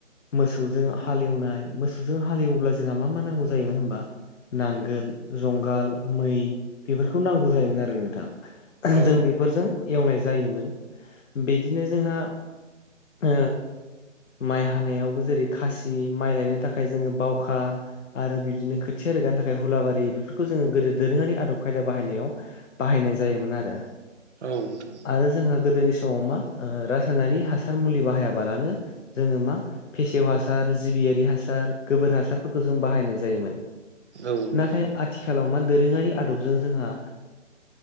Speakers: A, on the left (about 75°); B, on the right (about 60°).
A: मोसौजों हालेवनाय मोसौजों हालेवोब्ला जोंहा मा मा नांगौ जायोमोन हबा नांगोल जुंगाल मै बेफोरखौ नांगौ जायोमोन आरो नोंथां।
B: औ
A: जों बेफोरजों एवनाय जायोमोन बिदिनो जोंहा ओ माइ हानायावबो जेरै खासि माइ लायनो थाखाय जोङो बावखा आरो बिबदिनो खोथिया रोगानो थाखाय हुलाबारि बेफोरखौ जोङो गोदो दोरोङारि आदब खायदा बाहायनायाव बाहायनाय जायोमोन आरो।
B: औ नोंथां।
A: आरो जोंहा गोदोनि समाव मा रासायनारि हासार मुलि बाहायाबालानो- जोङो मा फेसेव हासार जिबियारि हासार गोबोर हासारफोरखौ जों बाहायनाय जायोमोन।
B: औ नोंथां
A: नाथाय
B: औ
A: आथिखालाव मा दोरोङारि आदबजों जोंहा